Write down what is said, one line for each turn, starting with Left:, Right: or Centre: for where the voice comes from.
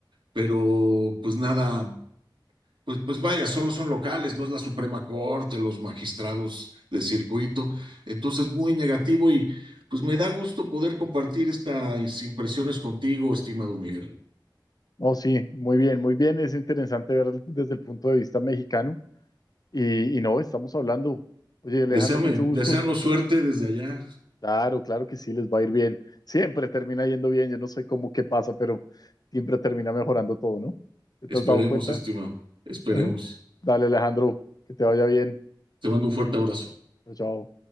Right: pero pues nada, pues, pues vaya, solo son locales, no es la Suprema Corte, los magistrados de circuito. Entonces, muy negativo y pues me da gusto poder compartir estas impresiones contigo, estimado Miguel.
Left: Oh, sí, muy bien, muy bien. Es interesante ver desde el punto de vista mexicano. Y, y no, estamos hablando. Oye, Alejandro,
Right: Deseame,
Left: mucho gusto.
Right: desearnos suerte desde allá.
Left: Claro, claro que sí, les va a ir bien. Siempre termina yendo bien. Yo no sé cómo qué pasa, pero siempre termina mejorando todo, ¿no? ¿Te
Right: Esperemos,
Left: has dado cuenta?
Right: estimado, esperemos.
Left: <laughs> Dale, Alejandro, que te vaya bien.
Right: Te mando un fuerte abrazo.
Left: Chao. chao.